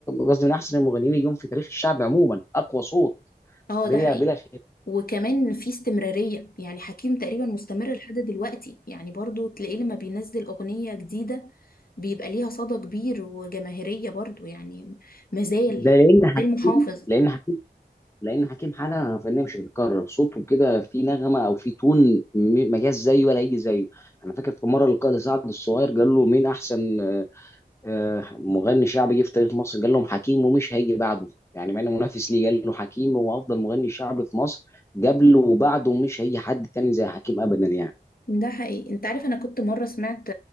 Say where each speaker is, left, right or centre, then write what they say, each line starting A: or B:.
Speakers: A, on the left (about 15°); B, on the left (about 60°).
A: قصدي من احسن المغنيين اليوم في تاريخ الشعب عموما اقوى صوت
B: اه
A: بلا
B: ده حقيقي
A: بلا خلاف
B: وكمان في استمرارية يعني حكيم تقريبا مستمر لحد دلوقتي يعني برضو تلاقيه لما بينزل أغنية جديدة بيبقى ليها صدى كبير وجماهيرية برضو يعني مازال
A: ده لان
B: مازال
A: حكيم
B: محافظ
A: لان حكيم لان حكيم حاله فنيه مش هتتكرر صوته كده في نغمه او في تون م- ما جاش زيه ولا يجي زيه انا فاكر في مره القائد سعد الصغير قال له مين احسن آه، مغني شعبي جه في تاريخ مصر قال لهم حكيم ومش هيجي بعده يعني مع انه منافس ليه قال له حكيم هو افضل مغني شعبي في مصر قبله وبعده ومش هيجي حد تاني زي حكيم ابدا يعني
B: ده حقيقي انت عارف انا كنت مرة سمعت